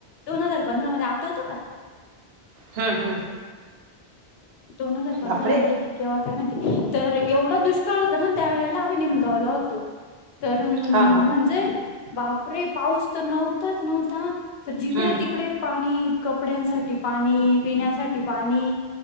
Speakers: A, on the left; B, on the right.
A: दोन हजार पंधरा मध्ये आठवतं का?
B: हम्मं, हम्म.
A: दोन हजार पंधरा
B: बापरे
A: मध्ये की केव्हा काय माहिती तर एवढा दुष्काळ होत ना- त्यावेेळेला आम्ही निमगावला होतो तर-
B: हा, हा.
A: म्हणजे बापरे, पाऊस तर नव्हताच नव्हता तर जिकडे-तिकडे-
B: हम्म
A: पाणी, कपड्यांसाठी पाणी, पिण्यासाठी पाणी,